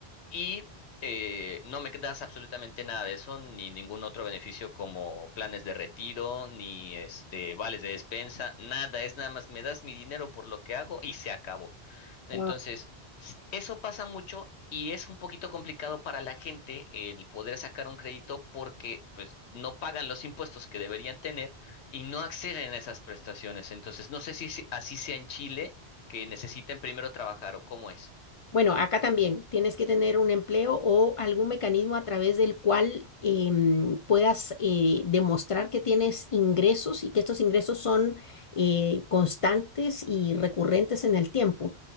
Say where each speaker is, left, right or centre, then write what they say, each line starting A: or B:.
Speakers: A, on the left (about 80°); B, on the left (about 50°).
A: y eh, no me das absolutamente nada de eso, ni ningún otro beneficio como planes de retiro, ni este vales de despensa, nada, es nada más me das mi dinero por lo que hago y se acabó. Entonces,
B: Wow.
A: s- eso pasa mucho. Y es un poquito complicado para la gente el poder sacar un crédito porque pues no pagan los impuestos que deberían tener y no acceden a esas prestaciones. Entonces, no sé si se- así sea en Chile, que necesiten primero trabajar o cómo es.
B: Bueno, acá también tienes que tener un empleo o algún mecanismo a través del cual em, puedas eh, demostrar que tienes ingresos y que estos ingresos son eh, constantes y recurrentes en el tiempo.